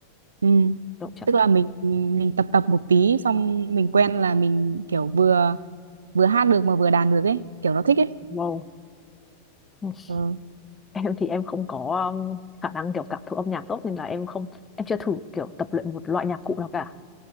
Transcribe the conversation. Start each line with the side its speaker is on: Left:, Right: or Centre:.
Right: ừ,
Left: Độ chậm
Right: tức là mình mình tập tập một tí xong mình quen là mình kiểu vừa vừa hát được mà vừa đàn được ấy kiểu nó thích ấy
Left: wow <laughs>
Right: ừ.
Left: em thì em không có um, khả năng kiểu cảm thụ âm nhạc tốt nên là em không em chưa thử kiểu tập luyện một loại nhạc cụ nào cả